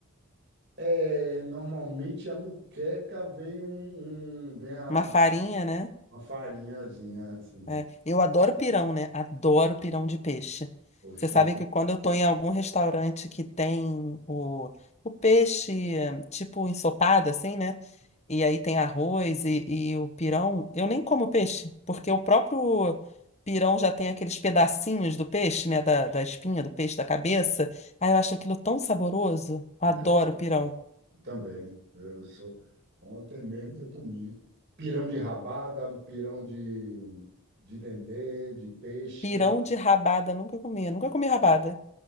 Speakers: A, on the right; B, on the left.
A: É, normalmente a muqueca vem um, um- vem a,
B: Uma farinha, né?
A: uma farinhazinha, assim.
B: É, Eu adoro pirão, né? Adoro pirão de peixe.
A: Poxa,
B: Você sabe
A: eu
B: que quando eu tô em algum restaurante que tem o, o peixe, eh, tipo ensopado, assim, né? E aí tem arroz e, e o pirão, eu nem como peixe, porque o próprio pirão já tem aqueles pedacinhos do peixe, né? Da, da espinha do peixe, da cabeça. Aí eu acho aquilo tão saboroso. Eu
A: também.
B: Adoro pirão.
A: Também. Eu sou... Ontem mesmo eu comi pirão de rabada, pirão de, de dendê, de peixe.
B: Pirão de rabada, nunca comi. Nunca comi rabada.